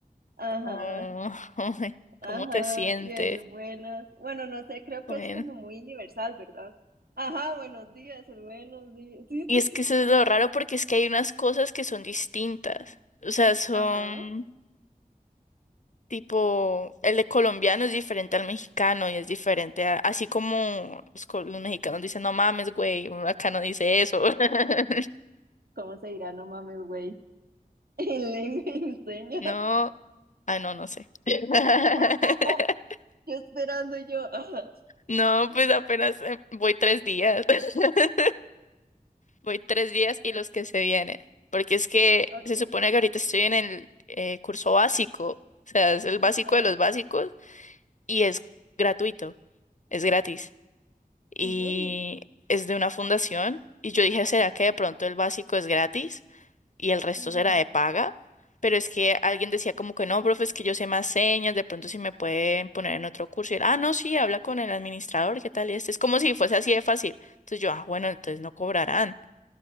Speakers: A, on the right; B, on the left.
A: Ajá,
B: ¿cómo, <laughs>
A: ajá.
B: cómo te sientes?
A: Y el buenas. Bueno, no sé, creo que
B: Bueno.
A: es como muy universal, ¿verdad? Ajá, buenos días, el buenos días. Sí,
B: Y
A: sí.
B: es que eso es lo raro porque es que hay unas cosas que son distintas. O sea, son...
A: Ajá,
B: Tipo, el de colombiano es diferente al mexicano y es diferente a- así como los, col- los mexicanos dicen, no mames, güey, uno acá no dice eso. <laughs>
A: ¿cómo se dirá? No mames, güey. <laughs> En lengua y señas.
B: No, ah, no, no sé. <laughs>
A: <laughs> Yo esperando yo. ajá.
B: No, pues apenas eh, voy tres días. <laughs> Voy tres días y
A: Bueno,
B: los que se vienen. Porque es que
A: Ok,
B: se supone que ahorita estoy en el eh, curso básico. O sea, es el básico
A: ajá,
B: de los básicos y es gratuito, es gratis. y
A: ¿en serio?
B: es de una fundación. Y yo dije, ¿será que de pronto el básico es gratis y el resto
A: Ajá,
B: será de paga? Pero es que alguien decía como que no, profe, es que yo sé más señas, de pronto si me pueden poner en otro curso. Y él, ah, no, sí, habla con el administrador, ¿qué tal? Y este es como si fuese así de fácil. Entonces yo, ah, bueno, entonces no cobrarán.